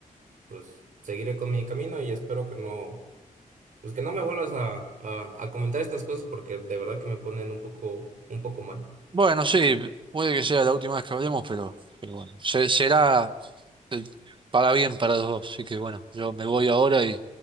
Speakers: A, on the right; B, on the right.
A: pues seguiré con mi camino y espero que no, pues que no me vuelvas a, a, a comentar estas cosas porque de verdad que me ponen un poco, un poco mal.
B: Bueno, sí, puede que sea la última vez que hablemos, pero, pero bueno, se- será eh, para bien para los dos. Así que bueno, yo me voy ahora y...